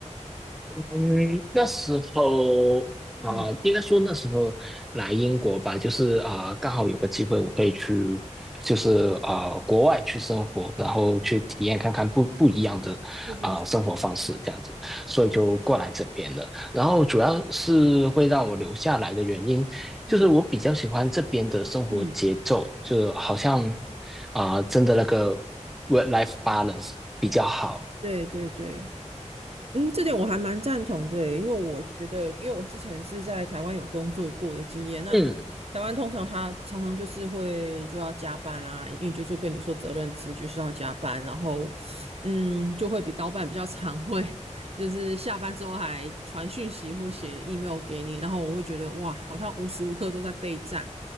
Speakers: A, in the centre; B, on the right.
A: 嗯，那时候啊、
B: 嗯，
A: 呃应该说那时候来英国吧，就是啊、呃刚好有个机会，我可以去，就是呃，国外去生活，然后去体验看看不不一样的啊、
B: 是是是，
A: 呃生活方式这样子，所以就过来这边了。然后主要是会让我留下来的原因，
B: 嗯
A: 就是我比较喜欢这边的生活节奏，
B: 嗯，
A: 就好像啊、呃真的那个 work-life balance 比较好。
B: 对对对。嗯，这点我还蛮赞同的耶因为我觉得，因为我之前是在台湾有工作过的经验，那
A: 嗯，
B: 台湾通常他常常就是会就要加班啊，因为就就跟你说责任制就是要加班，然后嗯，就会比老板比较常会就是下班之后还传讯息或写 email 给你，然后我会觉得哇，好像无时无刻都在备战。